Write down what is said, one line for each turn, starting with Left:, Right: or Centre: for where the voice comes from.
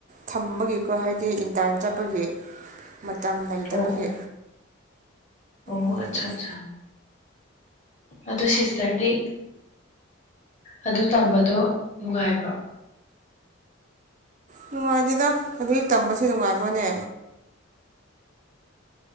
Right: ꯊꯝꯕꯒꯤꯀꯣ ꯍꯥꯏꯗꯤ ꯏꯟꯇꯥꯟ ꯆꯠꯄꯒꯤ ꯃꯇꯝ ꯂꯩꯇꯕꯒꯤ
Left: ꯑꯣ ꯑꯣ ꯑꯣ
Right: ꯑꯗꯨꯒꯤꯅꯦ
Left: ꯑꯠꯆꯥ ꯑꯠꯆꯥ ꯑꯗꯨ ꯁꯤꯁꯇꯔꯗꯤ ꯑꯗꯨ ꯇꯝꯕꯗꯣ ꯅꯨꯡꯉꯥꯏꯕ꯭ꯔꯣ
Right: ꯅꯨꯡꯉꯥꯏꯖꯗ ꯑꯗꯨꯒꯤ ꯇꯝꯕꯁꯦ ꯅꯨꯡꯉꯥꯏꯕꯅꯦ